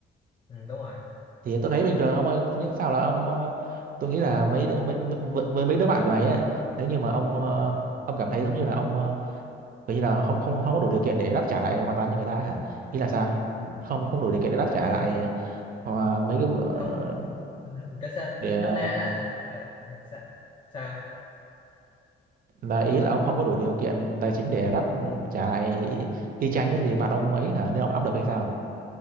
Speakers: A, on the left; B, on the right.
A: ừ, đúng rồi
B: thì tôi thấy bình thường ông ơi miễn sao là ông ờ, tôi nghĩ là mấy đứa, mấy, mấy- với với mấy đứa bạn của này á nếu như mà ông
A: ừ,
B: ờ, ông cảm thấy giống như là ông ờ, kiểu như là không không không có đủ điều kiện để đáp trả lại hoàn toàn cho người ta hả ý là sao
A: ừ.
B: không không đủ điều kiện để đáp
A: Ôi,
B: trả lại ờ, mấy cái bữa ờ,
A: không không, kiểu sao ý
B: để
A: là nôm na là ờ, sao, sao?
B: là ý là ông không có đủ điều kiện tài chính để đáp ừ, trả lại y y chang những gì bạn ông ấy hả nên ông áp lực hay sao